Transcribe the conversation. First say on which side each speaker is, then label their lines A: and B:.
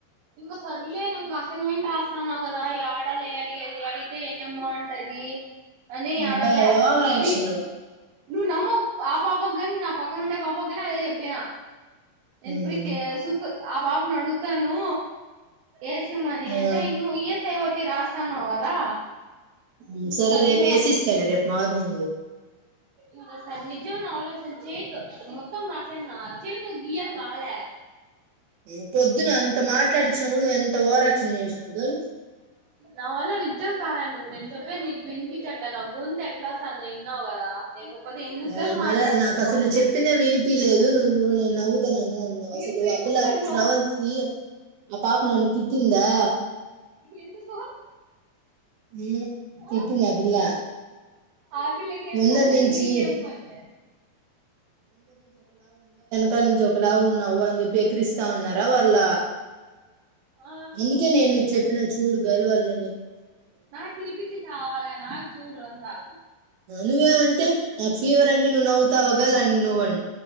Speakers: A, on the right; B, on the right.
A: ఇంగ సర్లే ఇంకా అసైన్మెంట్ రాస్తాన్నావు కదా ఆడలే అడిగేది అడిగితే ఏం బాగుంటది అని
B: అబ్బా
A: అడగలే
B: ఓవరాక్ష్
A: ప్రి
B: లో
A: నువ్వు నమ్మవ్ ఆ పాప కాని నా పక్కన ఉండే పాప కాని అదే చెప్పిన ఎన్
B: ఉమ్
A: ప్రియ సుక్ ఆ పాపను అడుగుతాను ఏసి మని
B: ఆ
A: అంటే ఇగ్ న్ ఏస్ సే ఓటి రాస్తానవ్ కదా
B: హు
A: ఇంక
B: సరే
A: సర్లే
B: రేపు వేసిస్తలే రేపు మార్నింగ్
A: ఇంక సార్ నిజం నా వాల్ అసల్ చేతో మొత్తం రాసేనా చేేతో గియన్ కాాలే
B: ఇగ పొద్దున అంత మాట్లాడిచ్చినా కూడా నువ్వు ఎంత ఓరాక్షన్ చేసినావు గ
A: నా వల్ల నిజం కాలా నువ్వు నేను చెప్పేది నీకు వినిపించట్లే నా గొంతు ఎట్లా వస్తుందో ఇన్నావు కదా లేకపోతే ఎందుకు
B: ఆ
A: గల్
B: మలే
A: మాట్లాడను
B: నాకు అసలు ను్ చెప్పిందే వినిపిలేదు నువ్వు నే నవ్వుతున్నావ్ అ
A: మీ
B: అసలు
A: ఫ్రెండ్స్
B: ఆ పిల్ల
A: లో నో
B: శ్రవంత్ి ఆ పాప నన్ను తి తిందా
A: ఎందుకో
B: ఉమ్,
A: ఆ
B: తిట్టింది పిల్ల
A: ఆ పిల్ల కి ఏం
B: ముందరి
A: పన్లే
B: నుంచి
A: నీక్ ఏం పన్లే
B: కల్ చొకలా ఉన్ అవ్ అని చెప్పి ఎకరిస్తా ఉన్నారా వాళ్ళ
A: ఆ
B: అందుకే నేను నీకు చెప్పిన చూడగల్ వల్
A: నా కినిపిించి చావలే నాక్ చూడు్రంతా
B: నువ్ ఏవ్ అంటే నాకు ఫీవర్ అంటే నువ్వు నవ్ తవగలన్ నువ్ అన్